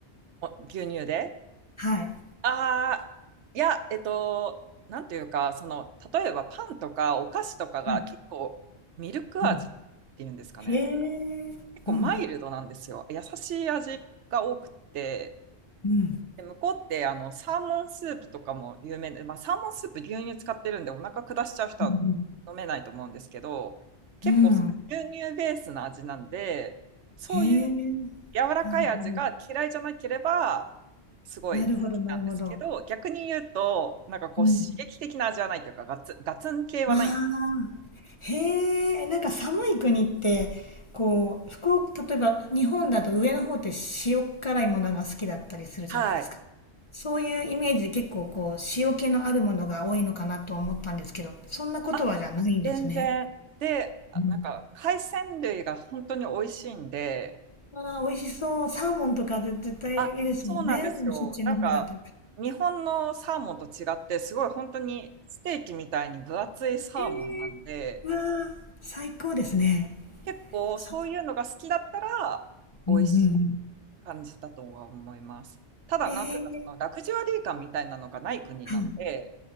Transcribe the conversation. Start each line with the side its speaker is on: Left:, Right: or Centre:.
Right: お牛乳で
Left: はい。
Right: ああ、いや、えっと、なんていうか、その、例えばパンとかお菓子とかが結構ミルク味っていうんですかね。
Left: はい。うん。へえ。
Right: 結構マイルドなんですよ。
Left: うん。
Right: 優しい味が多くて、
Left: うん。
Right: で、向こうってあのサーモンスープとかも有名で、まあ、サーモンスープ牛乳使ってるんでお腹下しちゃう人は
Left: うん。
Right: 飲めないと思うんですけど、結構牛乳ベースの味なんで、
Left: うん。
Right: そういう
Left: へえ。
Right: 柔らかい味が嫌いじゃなければ、
Left: なるほど。
Right: すごい好きなんですけど、
Left: なるほど、なるほど。
Right: 逆に言うと、なんかこう刺激的な味はないというか、
Left: うん。
Right: ガツ、ガツン系はない
Left: ああ、へえ、なんか寒い国って、こう、福岡、例えば日本だと上の方って塩辛いものが好きだったりするじゃないですか。
Right: はい。
Left: そういうイメージで結構こう、塩気のあるものが多いのかなと思ったんですけど、そんなことはじゃないんですね。
Right: あ、全然。で、あなんか海鮮類が本当に美味しいんで、
Left: うん。わあ、美味しそう。サーモンとか絶絶対いいですもんね。
Right: あ、そうなんですよ。
Left: そっちの方だと。
Right: なんか日本のサーモンと違って、すごい本当にステーキみたいに分厚いサーモンなんで、
Left: ええ、わあ、最高ですね。
Right: 結構そういうのが好きだったら、
Left: そう。
Right: 美味しい
Left: うんうんうん。
Right: 感じだとは思います。ただ、
Left: ええ、
Right: なんというか、そのラグジュアリー感みたいなのがない国なんで、
Left: はい。